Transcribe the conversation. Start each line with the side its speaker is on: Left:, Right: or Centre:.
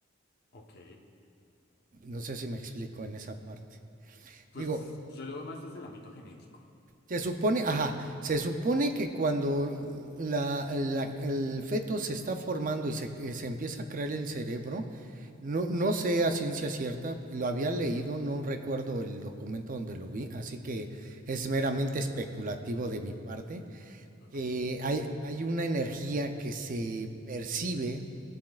Left: Ok,
Right: No sé si me explico en esa parte.
Left: pues
Right: Digo,
Left: yo lo veo más desde el ámbito genético.
Right: se supone, ajá, se supone que cuando la- la- el feto se está formando y se, eh, se empieza a crear el cerebro, no, no sé a ciencia cierta, lo había leído, no recuerdo el documento donde lo vi, así que es meramente especulativo de mi parte
Left: Ok,
Right: que hay, hay una energía que se percibe